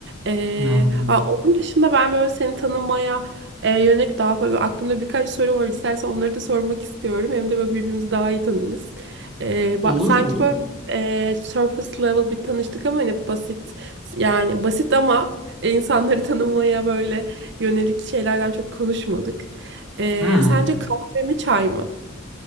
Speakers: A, on the right; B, in the centre.
A: Ee,
B: Hmm,
A: ha, onun dışında ben böyle seni tanımaya e, yönelik daha böyle aklımda birkaç soru var istersen onları da sormak istiyorum hem de böyle birbirimizi daha iyi tanırız. Ee,
B: Olur,
A: ba- sanki
B: olur.
A: böyle e, surface level bir tanıştık ama hani basit yani basit ama e, insanları tanımaya böyle yönelik şeylerden çok konuşmadık. Ee,
B: Hmm,
A: sence kahve mi çay mı?